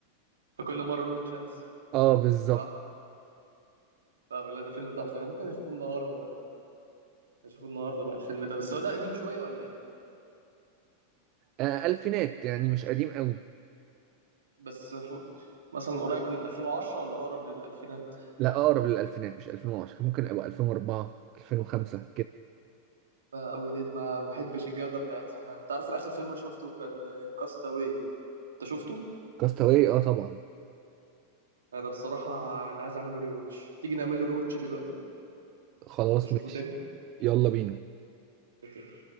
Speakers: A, on the right (about 70°); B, on the right (about 40°).
A: فكل مره له تشانس
B: أه بالظبط
A: صح فاهم لا ده فيلم تحفه ده ممكن اشوفه النهارده بقى اشوفه النهارده بقى الفيلم ده بس هو ده قديم شويه ولا ايه
B: آه، ألفينات يعني مش قديم قوي
A: بس ف... مثلا قريب من 2010 ولا اقرب للالفينات
B: لا اقرب للالفينات مش 2010 ممكن ابقى 2004 2005 كده
A: قوي ديد ما بحبش الجوده بتاعتها انت عارف انا اخر فيلم شفته كان كاستاوي انت شفته
B: كاستاوي اه طبعا
A: انا بصراحه انا عايز اعمل له ري واتش تيجي نعمل له ري واتش دلوقتي
B: خلاص
A: نشوفه
B: ماشي
A: تاني
B: يلا بينا
A: يلا